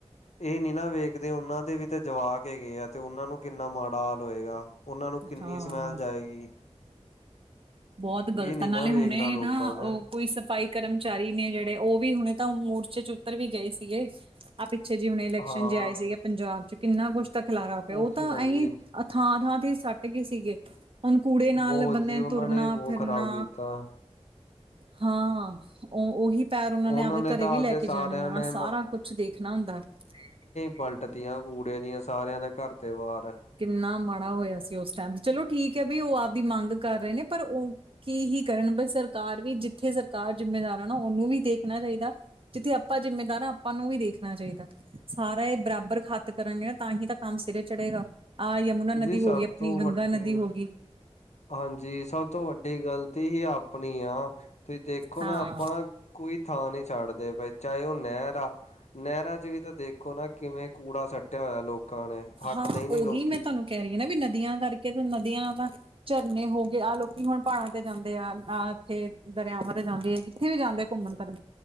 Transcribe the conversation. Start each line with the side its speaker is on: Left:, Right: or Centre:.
Left: ਇਹ ਨੀ ਨਾ ਵੇਕਦੇ ਓਨਾਂ ਦੇ ਵੀ ਤਾ ਜਵਾਕ ਹੈਗੇ ਆ ਤੇ ਉਨਾਂ ਨੂੰ ਕਿੰਨਾ ਮਾੜਾ ਹਾਲ ਓਏਗਾ ਉਨਾਂ ਨੂੰ ਕਿੰਨੀ
Right: ਹਾਂ
Left: ਸਮੈਲ ਜਾਏਗੀ
Right: ਬੌਤ
Left: ਇਹ
Right: ਗ਼ਲਤਾ
Left: ਨੀ
Right: ਨਾਲੇ
Left: ਨਾ ਵੇਖਣਾ
Right: ਹੁਣੇ
Left: ਲੋਕਾਂ
Right: ਨਾਂ
Left: ਨੇ।
Right: ਓਅ ਕੋਈ ਸਫ਼ਾਈ ਕਰਮਚਾਰੀ ਨੇ ਜਿੜੇ ਓ ਵੀ ਹੁਣੇ ਤਾਂ ਉਂ ਮੋਰਚੇ 'ਚ ਉੱਤਰ ਵੀ ਗਏ ਸੀਗੇ। ਆ ਪਿੱਛੇ ਜਿ ਹੁਨੇ ਇਲੈਕਸ਼ਨ
Left: ਹਾਂ
Right: ਜੇ ਆਏ ਸੀਗੇ ਪੰਜਾਬ 'ਚ ਕਿੰਨਾ ਕੁਛ ਤਾ ਖਿਲਾਰਾ ਪਿਆ
Left: ਉਹੀ
Right: ਉਅ ਤਾ
Left: ਨਾ
Right: ਐਈਂ
Left: ਜੀ
Right: ਅ ਥਾਂ-ਥਾਂ ਤੇ ਸੱਟਗੇ ਸੀਗੇ, ਹੁਣ ਕੂੜੇ ਨਾਲ
Left: ਬਹੁਤ
Right: ਬੰਦਿਅਂ
Left: ਜੀ ਉਹਨਾਂ
Right: ਤੁਰਨਾ-ਫਿਰਨਾ,
Left: ਨੇ ਬਹੁਤ ਖ਼ਰਾਬ ਕੀਤਾ।
Right: ਹਾਂਅ ਉਂ ਉਹੀ ਪੈਰ ਉਨਾਂ
Left: ਉਹਨਾਂ
Right: ਨੇ ਆਵਦੇ
Left: ਤਾਂ
Right: ਘਰੇ ਵੀ
Left: ਆਪਦੇ
Right: ਲੈ ਕੇ
Left: ਸਾਰਿਆਂ
Right: ਜਾਨੇ ਆਂ
Left: ਨੇ
Right: ਸਾਰਾ ਕੁੱਛ ਦੇਖਣਾ ਹੂਦਾ ਐ
Left: ਪਲਟਤੀਆ ਕੂੜੇ ਦੀਆਂ ਸਾਰਿਆਂ ਦੇ ਘਰ ਦੇ ਬਾਅਰ
Right: ਕਿੰਨਾ ਮਾੜਾ ਹੋਇਆ ਸੀ ਓਸ ਟੈਮ ਚਲੋ ਠੀਕ ਐ ਵੀ ਉ ਆਵਦੀ ਮੰਗ ਕਰ ਰਏ ਨੇ ਪਰ ਓ ਕੀ ਹੀ ਕਰਨ ਬ ਸਰਕਾਰ ਵੀ ਜਿੱਥੇ ਸਰਕਾਰ ਜਿੰਮੇਦਾਰ ਆ ਨਾ ਉਨੂੰ ਵੀ ਦੇਖਣਾ ਚਾਈਦਾ। ਜਿੱਥੇ ਆਪਾ ਜਿੰਮੇਦਾਰ ਆਂ ਆਪਾਂ ਨੂੰ ਵੀ ਦੇਖਣਾ ਚਾਈਦਾ। ਸਾਰੇ ਬਰਾਬਰ ਖਤ ਕਰਨਗੇ ਤਾਹੀ ਤਾ ਕੰਮ ਸਿਰੇ ਚੜ੍ਹੇਗਾ। ਆ ਯਮੁਨਾ ਨਦੀ
Left: ਜੀ ਸਭ
Right: ਹੋਗੀ ਅਪਣੀ,
Left: ਤੋਂ
Right: ਗੰਗਾ
Left: ਵੱਡੀ
Right: ਨਦੀ ਹੋਗੀ।
Left: ਹਾਂਜੀ ਸਭ ਤੋ ਵੱਡੀ ਗਲਤੀ ਈ ਆਪਣੀ ਆ ਤੁਹੀ ਦੇਖੋ
Right: ਹਾਂ।
Left: ਨਾ ਆਪਾਂ ਕੋਈ ਥਾਂ ਨਈ ਛਡਦੇ ਪਏ ਚਾਏ ਓ ਨਹਿਰ ਆ। ਨਹਿਰਾਂ 'ਚ ਵੀ ਤਾ ਨਾਂ ਕਿਵੇਂ ਕੂੜਾ ਸੱਟਿਆ ਹੋਇਆ ਲੋਕਾਂ ਨੇ ਹੱਟਦੇਈ
Right: ਹਾਂ
Left: ਨੀਂ
Right: ਉਹੀ
Left: ਲੋਕੀ।
Right: ਮੈਂ ਤੁਹਾਨੂੰ ਕਹਿ ਰੀਆਂ ਨਾ ਵੀ ਨਦੀਆਂ ਕਰਕੇ ਤ ਨਦੀਆਂ ਦਾ ਝਰਨੇ ਹੋਗੇ ਆ੍ਹ ਲੋਕੀ ਹੁਣ ਭਾੜਾਂ ਤੇ ਜਾਂਦੇ ਆ ਆਹ ਅੱਥੇ ਦਰਿਆਵਾਂ ਤੇ ਜਾਂਦੇ ਐ ਜਿੱਥੇ ਵੀ ਜਾਂਦੇ ਐ ਘੁੰਮਣ- ਫਿਰਣ